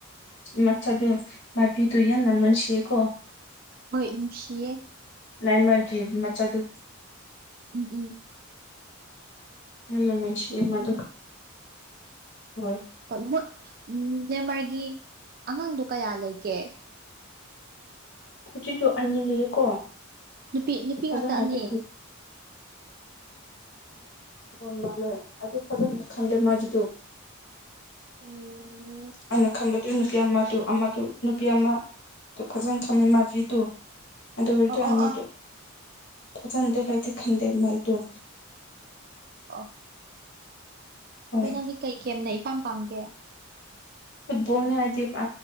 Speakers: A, on the left; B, on the right.
A: ꯃꯆꯥꯗꯨ ꯃꯕꯤꯗꯨ ꯌꯥꯝꯅ ꯂꯟꯁꯤꯌꯦꯀꯣ
B: ꯍꯣꯏ ꯅꯨꯡꯁꯤꯌꯦ
A: ꯂꯥꯏꯃ ꯃꯆꯥꯗꯨ
B: ꯎꯝ ꯎꯝ
A: ꯑꯃ ꯃꯁꯤꯃꯗ
B: ꯅꯨꯡꯁꯤꯔꯝꯅꯤ
A: ꯍꯣꯏ
B: ꯍꯣꯏ ꯃꯦꯟꯃꯥꯔꯒꯤ ꯑꯉꯥꯡꯗꯣ ꯀꯌꯥ ꯂꯩꯒꯦ
A: ꯍꯧꯖꯤ ꯇꯨ ꯑꯅꯤ ꯂꯩꯌꯦꯀꯣ
B: ꯅꯨꯄꯤ ꯅꯨꯄꯤ
A: ꯐꯖꯅꯗꯤ
B: ꯉꯥꯛꯇ ꯑꯅꯤ
A: ꯍ ꯃꯥꯅꯦꯦ ꯑꯗꯨ ꯐꯖꯅ ꯈꯟꯗꯦ ꯃꯥꯒꯤꯗꯨ
B: ꯑꯣ
A: ꯑꯅ ꯈꯝꯕ ꯑ ꯅꯨꯄꯤ ꯑꯃꯗꯣ ꯑꯃꯗꯨ ꯅꯨꯄꯤ ꯑꯃꯗꯣ ꯐꯖꯅ ꯊꯝꯃꯦ ꯃꯥꯕꯤꯗꯨꯣ ꯑꯗ ꯑꯣꯏ
B: ꯑꯣ
A: ꯑꯗꯨ ꯑꯅꯨꯔꯨ
B: ꯑꯣ
A: ꯐ ꯆꯗ ꯀꯗꯤ ꯈꯟꯗꯦ ꯃꯜꯗꯁ
B: ꯑ
A: ꯍꯣꯏ
B: ꯅꯣꯏ ꯅꯪꯗꯤ ꯀꯩ ꯀꯦꯝꯅ ꯏꯄꯥꯝ ꯄꯥꯝꯒꯦ
A: ꯐꯨꯕꯣꯅ ꯑꯗꯤ ꯄ